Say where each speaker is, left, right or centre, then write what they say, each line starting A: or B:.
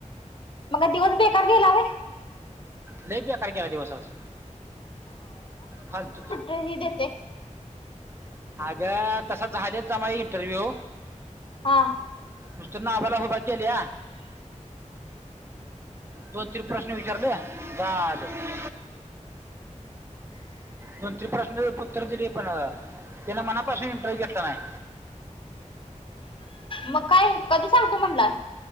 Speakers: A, on the left; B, on the right.
A: मग काय, दिवस बेकार गेला व्हय?
B: लई बेकार गेला दिवस आज. फालतू.
A: दही देते.
B: त्या, तसा झाल्यात जमाय इंटरव्यू.
A: हा.
B: नुस्त नावाला हूभा केल्या. दोन- तीन प्रश्न विचारलं. झालं. दोन तरी प्रश्न उत्तर दिली पण, तेनं मनापासून इंटरव्हू घेतला नाही.
A: मग काय? कधी सांगतो म्हणलाय?